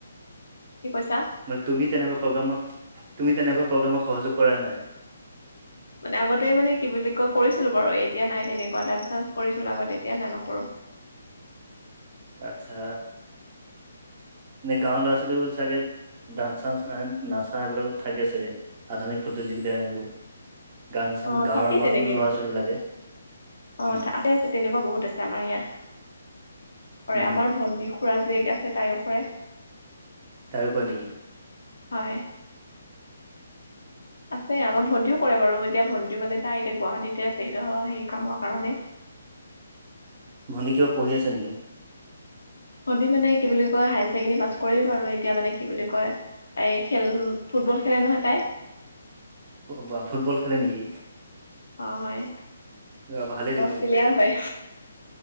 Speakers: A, on the left; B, on the right.
A: কি কৈছা?
B: মানে তুমি তেনেকুৱা প্ৰগ্ৰেমাৰ, তুমি তেনেকুৱা প্ৰগ্ৰেমক সহযোগ কৰা নাই।
A: মানে আগতে মানে কি বুলি কয় কৰিছিলোঁ বাৰু এতিয়া নাই তেনেকুৱা ডান্স <inaudible> কৰিছিলোঁ আগতে এতিয়া নাই নকৰোঁ।
B: আচ্ছা, নে গাঁৱৰ লৰা ছোৱালী বোৰ ছাগে ডান্স চানস নাচা সেইবিলাক থাকে চাগে আধুনিক প্ৰতিযোগিতা সেইবোৰ গান চান
A: অ
B: গাঁৱৰ
A: থাকেই
B: মানুহ
A: তেনেকে
B: ল'ৰা ছোৱালী বিলাগে উম,
A: অ আছে আছে তেনেকুৱা বহুত আছে আমাৰ ইয়াত কৰে,
B: উম
A: আমাৰ ভণ্টী খুৰাৰ জীয়েক আছে তাইও কৰে
B: তাইও কৰে নেকি?
A: হয়, আছে আমাৰ ভণ্টিও কৰে বাৰু এতিয়া ভণ্টিও মানে তাই এতিয়া গুৱাহাটীতে আছে সি ত' সেই কামৰ কাৰণে।
B: ভন্টি কিবা পঢ়ি আছে নেকি?
A: ভন্টি মানে কি বুলি কয় হায়াৰ ছেকেণ্ডেৰী পাছ কৰি ব আৰু এতিয়া মানে কি বুলি কয় এই খেল ফুটবল খেলে নহয় তাই।
B: বা, ফুটবল খেলে নেকি?
A: অ', হয়।
B: অ', ভালেই দেখোন
A: প্লেয়াৰ হয়